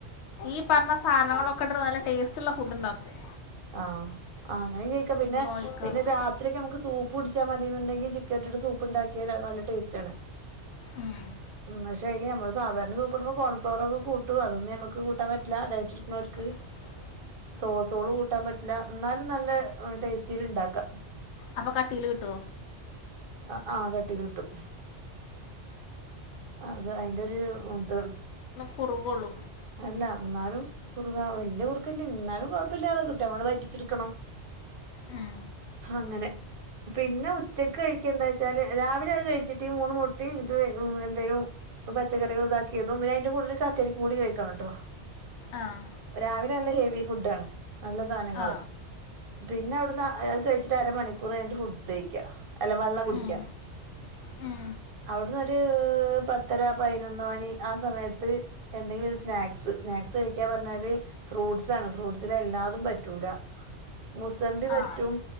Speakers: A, on the left; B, on the right.
A: ഈ പറഞ്ഞ സാധനങ്ങളൊക്കെ ഇട്ട് നല്ല ടേസ്റ്റ്ള്ള ഫുഡ് ഇണ്ടാക്കും
B: ആഹ് ആ അങ്ങനിം കയ്ക്കാ പിന്നെ
A: ഒഴിക്കാണ്ട്
B: പിന്നെ രാ രാത്രി ഒക്കെ നമുക്ക് സൂപ്പ് കുടിച്ചാ മതിന്ന്ണ്ടെങ്കി ചിക്ക ഇട്ട്ട്ട് സൂപ്പ് ഇണ്ടാക്കിയാ അത് നല്ല ടേസ്റ്റാണ്
A: ഉം
B: ഉം പക്ഷെ അയ്ന് ഞമ്മള് സാധാരണ സൂപ്പിടുമ്പം കോൺഫ്ലോറൊക്കെ കൂട്ടും അതൊന്നും ഞമ്മക്ക് കൂട്ടാൻ പറ്റില്ല ഡയറ്റ്ട്ക്ക്ണോൽക്ക്
A: <inaudible>
B: സോസോള് കൂട്ടാൻ പറ്റില്ല ഇന്നാലും നല്ല ടേസ്റ്റില് ഇണ്ടാക്കാം
A: അപ്പം കട്ടീല് കിട്ട്യോ
B: ആഹ് ആഹ് കട്ടീല് കിട്ടും. അത് അയിന്റൊരു ഇത്
A: കുറുകൊളൂ
B: അല്ല ന്നാലും കുറുക വല്യ കുറുക്കല്യ ഇന്നാലും കൊഴപ്പല്ലാതെ കിട്ടും നമ്മള് വറ്റിച്ചിട്ക്കണം
A: ഉം
B: അങ്ങനെ പിന്നെ ഉച്ചക്ക് കഴിക്കെന്താച്ചാല് രാവിലെ അത് കഴിച്ചിട്ട് മൂന്ന് മുട്ടിം ഇതും എന്തേലും പച്ചക്കറികൾ ഇതാക്കിരുന്നു പിന്നെ അയിന്റെ കൂടെ ഒരു കക്കരിക്കും കൂടി കഴിക്കണംട്ടോ
A: ആഹ്
B: രാവിലന്നെ ഹെവി ഫുഡാണ് നല്ല സാനങ്ങള്
A: ആ
B: പിന്നെ അവ്ടുന്ന് അത് കഴിച്ചിട്ട് അരമണിക്കൂര് കഴിഞ്ഞിട്ട് ഫുഡ്ഡെയ്ക്കാ അല്ല വെള്ളം കുടിക്കാ
A: ഉം, ഉം
B: അവ്ട്ന്ന് ഒരു പത്തര പതിനൊന്ന് മണി ആ സമയത്ത് എന്തെങ്കിലും സ് സ്നാക്സ് സ്നാക്സ് കഴിയ്ക്കാ പറഞ്ഞാല് ഫ്രൂട്ട്സ് ആണ് ഫ്രൂട്ട്സില് എല്ലാതും പറ്റൂല മുസമ്പി പറ്റും
A: ആ